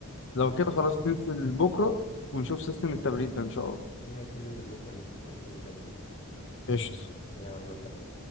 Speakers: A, on the left; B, on the left.
A: لو
B: بس
A: كده خلاص ننزل بكرة ونشوف سيستم التبريد ده ان شاء الله
B: ماشي ننزل بكره نشوف سيستم التبريد
A: قشطة
B: يلا سلام